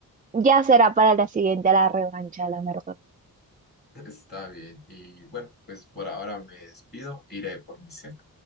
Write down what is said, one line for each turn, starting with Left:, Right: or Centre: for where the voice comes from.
Right: ya será para la siguiente, la revancha, la verdad.
Left: Está bien. Y bueno, pues por ahora me despido. Iré por mi cena.